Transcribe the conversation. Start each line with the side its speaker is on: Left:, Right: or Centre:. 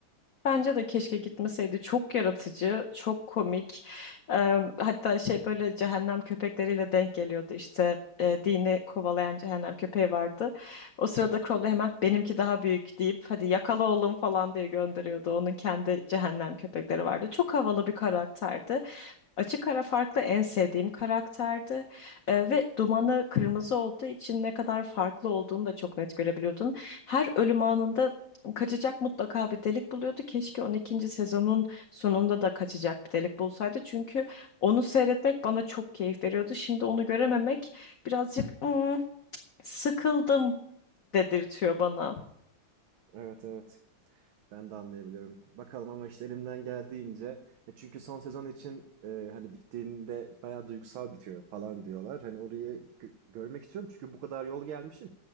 Left: Bence de keşke gitmeseydi. Çok yaratıcı, çok komik. Ee, hatta şey böyle cehennem köpekleriyle denk geliyordu. İşte e, dini kovalayan cehennem köpeği vardı. O sırada Crowley hemen benimki daha büyük deyip hadi yakala oğlum falan diye gönderiyordu. Onun kendi cehennem köpekleri vardı. Çok havalı bir karakterdi. Açık ara farklı en sevdiğim karakterdi Ee, ve dumanı kırmızı olduğu için ne kadar farklı olduğunu da çok net görebiliyordun. Her ölüm anında kaçacak mutlaka bir delik buluyordu. Keşke on ikinci sezonun sonunda da kaçacak bir delik bulsaydı. Çünkü onu seyretmek bana çok keyif veriyordu. Şimdi onu görememek birazcık "Hmm, sıkıldım dedirtiyor bana.
Right: Evet evet. Ben de anlayabiliyorum. Bakalım ama işte elimden geldiğince. Ya çünkü son sezon için e, hani bittiğinde bayağı duygusal bitiyor falan diyorlar. Hani orayı gö- görmek istiyorum çünkü bu kadar yol gelmişim.